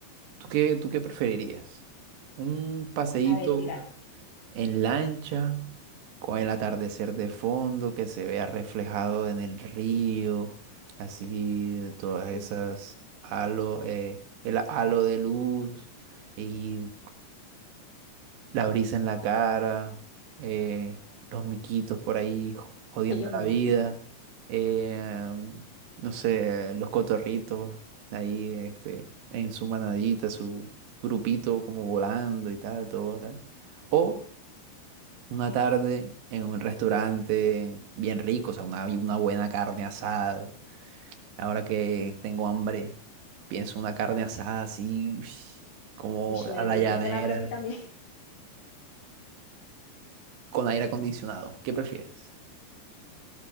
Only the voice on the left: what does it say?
A ver, tírala.
Uf,
<laughs> los
miquitos.
Uy, me
desbloqueaste
la hora a mí también. <laughs>